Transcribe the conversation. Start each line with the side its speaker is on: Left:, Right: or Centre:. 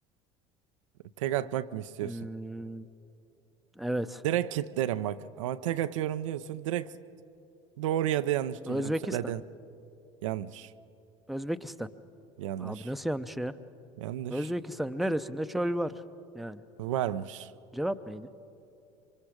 Right: Tek atmak mı istiyorsun?
Centre: Hmm, evet.
Right: Direkt kitlerim bak. Ama tek atıyorum diyorsun. Direkt doğru ya da yanlış diyeceğim.
Centre: Özbekistan.
Right: Söyledin. Yanlış.
Centre: Özbekistan.
Right: Yanlış.
Centre: Abi nasıl yanlış ya?
Right: Yanlış.
Centre: Özbekistan'ın neresinde çöl var? Yani
Right: Varmış.
Centre: cevap neydi?